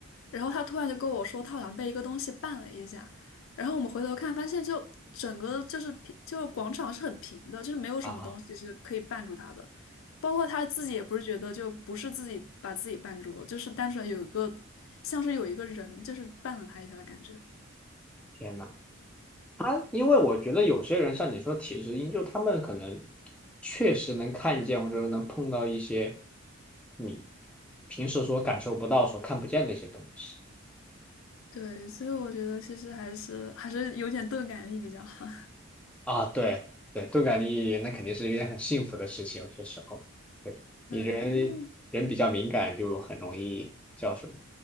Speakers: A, on the left; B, in the centre.
A: 然后他突然就跟我说，他好像被一个东西绊了一下，然后我们回头看，发现就整个就是平，就是广场是很平的，就是没有什么东西是可以绊住他的，
B: 啊，
A: 包括他自己也不是觉得就不是自己把自己绊住了，就是单纯有一个像是有一个人就是绊了他一下的感觉。
B: 天呐！他，因为我觉得有些人像你说体质因就他们可能确实能看见，或者说能碰到一些你平时所感受不到、所看不见的一些东西
A: 对，所以我觉得其实还是还是有点钝感力比较好。<laughs>
B: 啊。对对，钝感力那肯定是一件很幸福的事情，有些时候，对你人人比较敏感，
A: 对，因为
B: 就很容易叫什么，